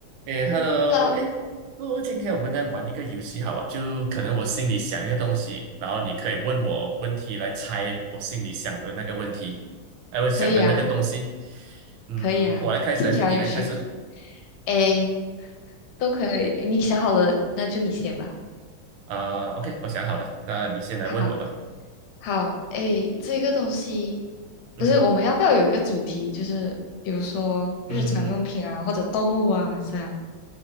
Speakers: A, on the right; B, on the left.
A: 诶，Hello，
B: Club
A: 诶，不如今天我们来玩一个游戏好吧？就可能我心里想一个东西，然后你可以问我问题来猜我心里想的那个问题，哎，我想的那个东西。
B: 可以啊，
A: 嗯，
B: 可以啊，
A: 我来开始还是你来开始？
B: 听起来很有趣。诶，都可以，你想好了，那就你先吧。
A: 啊，OK，我想好了，那你先来问我吧。
B: 好，好，诶，这个东西
A: <laughs> 嗯哼，
B: 不是我们要不要有一个主题，就是比如说日常用品啊，
A: 嗯，
B: 或者动物啊这样。